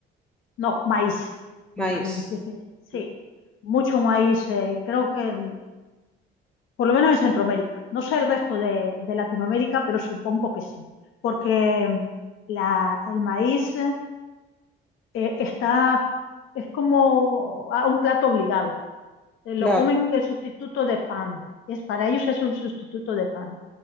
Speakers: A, on the left (about 85°); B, in the centre.
A: No, maíz,
B: Maíz.
A: maíz, defini- sí,
B: No.
A: mucho maíz. eh, creo que por lo menos en Centroamérica. No sé el resto de, de Latinoamérica, pero supongo que sí, porque mm, la, el maíz eh, está, es como a un plato obligado. Eh,
B: Claro.
A: lo comen el sustituto de pan. Es, para ellos es un sustituto de pan.